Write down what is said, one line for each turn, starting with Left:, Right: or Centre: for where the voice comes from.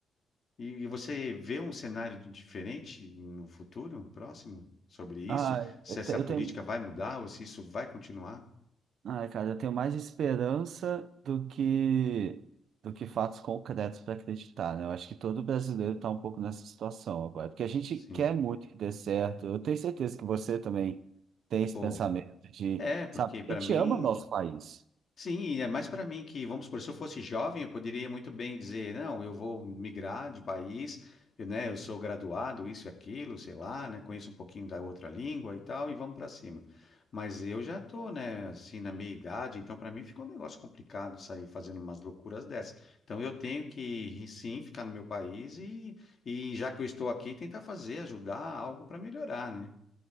Left: E, e você vê um cenário de- diferente no futuro, próximo, sobre isso?
Right: Ah,
Left: Se
Right: eu,
Left: essa
Right: te- eu
Left: política
Right: tenho,
Left: vai mudar ou se isso vai continuar?
Right: ah, cara, eu tenho mais esperança do que do que fatos concretos para acreditar, né? Eu acho que todo brasileiro está um pouco nessa situação agora, porque a gente
Left: Sim.
Right: quer muito que dê certo. Eu tenho certeza que você também tem esse
Left: Pô,
Right: pensamento de,
Left: É, porque
Right: sabe,
Left: para
Right: a gente
Left: mim,
Right: ama nosso país.
Left: sim, é mais para mim que, vamos supor, se eu fosse jovem, eu poderia muito bem dizer, não, eu vou migrar de país, eu, né, eu sou graduado, isso e aquilo, sei lá, né, conheço um pouquinho da outra língua e tal, e vamos para cima. Mas eu já tô, né, assim, na minha idade, então para mim fica um negócio complicado sair fazendo umas loucuras dessas. Então eu tenho que, sim, ficar no meu país e, e já que eu estou aqui, tentar fazer, ajudar algo para melhorar, né?